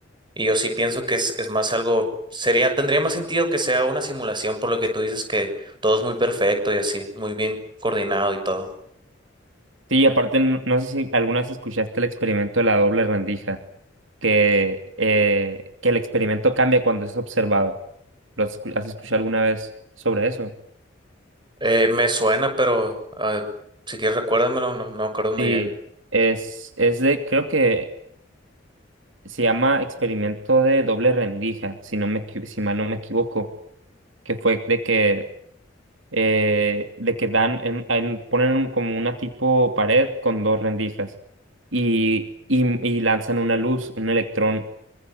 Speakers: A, on the right; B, on the right.
A: Y yo sí pienso que es, es más algo, sería, tendría más sentido que sea una simulación, por lo que tú dices que todo es muy perfecto y así, muy bien coordinado y todo.
B: Sí, aparte, n- no sé si alguna vez escuchaste el experimento de la doble rendija, que, eh, que el experimento cambia cuando es observado. ¿Lo has, escu- has escuchado alguna vez sobre eso?
A: Eh, me suena, pero ah, si quieres recuérdamelo, no, no me acuerdo muy
B: Sí,
A: bien.
B: es, es de, creo que se llama experimento de doble rendija, si no me, equi- si mal no me equivoco, que fue de que eh, de que dan en- en- ponen un- como una tipo pared con dos rendijas y, y, y lanzan una luz, un electrón,